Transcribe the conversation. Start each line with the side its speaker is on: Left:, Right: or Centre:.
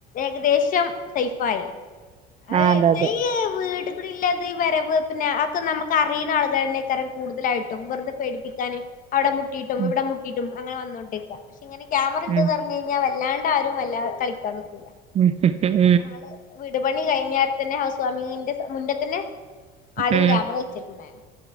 Left: ഏകദേശം സേഫായി
Right: ആ
Left: <unintelligible>
Right: അതെ അതെ
Left: വീട് കള് ഇളള വരവ് പിന്നെ അതൊക്കെ നമുക്ക് അറിയുന്ന ആൾതന്നെയ്ക്കാരം കൂടുതലായിട്ടും വെറുതെ പേടിപ്പിക്കാൻ അവിടെ മുട്ടിയിട്ടും
Right: ഉം
Left: ഇവിടെ മുട്ടയിട്ടും അങ്ങനെ വന്നോണ്ടേരിക്ക പക്ഷെ ഇങ്ങനെ ക്യാമറ ഉണ്ട്ന്ന്
Right: ഉം
Left: പറഞ്ഞ് കഴിഞ്ഞാൽ വല്ലാണ്ട് ആരും വല്ലാ കളിക്കാൻ നിക്കൂല
Right: ഉം
Left: ഞങ്ങള് വീട്പണി കഴിഞ്ഞേരതന്നെ ഹൗസ് ഫാമിങ്ങിന്റെ മുന്നെ തന്നെ ആദ്യം
Right: ഉം
Left: ക്യാമറ വെച്ചിട്ടുണ്ടായിന്